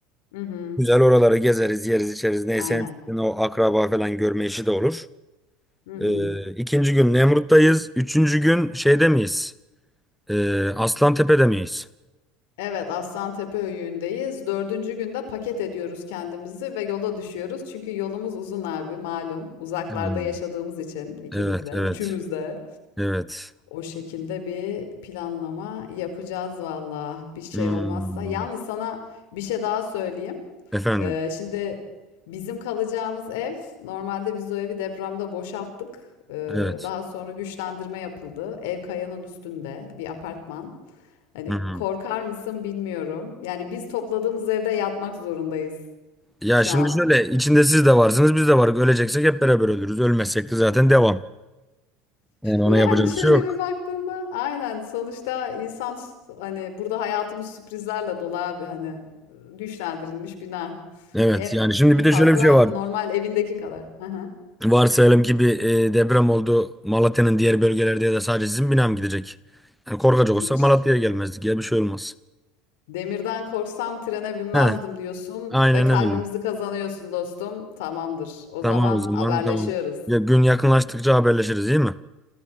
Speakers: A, on the left (about 75°); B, in the centre.
A: Hı hı.
B: Güzel oraları gezeriz, yeriz, içeriz. Neyse
A: Aynen.
B: en sevdiğin o akraba falan görme işi de olur.
A: Hı hı.
B: E, ikinci gün Nemrut'tayız. Üçüncü gün şeyde miyiz? E, Aslantepe'de miyiz?
A: Evet, Aslantepe Höyüğü'ndeyiz. Dördüncü günde paket ediyoruz kendimizi ve yola düşüyoruz. Çünkü yolumuz uzun abi malum. Uzaklarda
B: Hmm.
A: yaşadığımız için ikimiz
B: Evet,
A: de,
B: evet,
A: üçümüz de.
B: evet.
A: O şekilde bir planlama yapacağız valla. Bir şey
B: Hmm.
A: olmazsa. Yalnız sana bir şey daha söyleyeyim.
B: Efendim,
A: Ee, şimdi bizim kalacağımız ev, normalde biz o evi depremde boşalttık. Ee,
B: evet.
A: daha sonra güçlendirme yapıldı. Ev kayanın üstünde bir apartman. Hani
B: Hı-hı.
A: korkar mısın bilmiyorum. Yani biz topladığımız evde yatmak zorundayız
B: Ya
A: şu
B: şimdi
A: an.
B: şöyle, içinde siz de varsınız, biz de varız. Öleceksek hep beraber ölürüz. Ölmezsek de zaten devam. Yani ona
A: Yani
B: yapacak
A: şöyle
B: bir şey yok.
A: bir baktığında aynen sonuçta insan s- hani burada hayatımız sürprizlerle dolu abi hani e, güçlendirilmiş bina.
B: Evet,
A: En
B: yani şimdi
A: en
B: bir
A: fazla
B: de şöyle bir şey var.
A: normal evindeki kadar. Hı hı.
B: Varsayalım ki bir e, deprem oldu Malatya'nın diğer bölgelerde ya da sadece sizin bina mı gidecek? Yani korkacak
A: Hiç.
B: olsak Malatya'ya gelmezdik ya bir şey olmaz.
A: Demirden korksam trene binmezdim
B: He,
A: diyorsun
B: aynen
A: ve kalbimizi
B: öyle.
A: kazanıyorsun dostum. Tamamdır. O
B: Tamam
A: zaman
B: o zaman
A: haberleşiyoruz.
B: tamam. Ya, gün yakınlaştıkça haberleşiriz değil mi?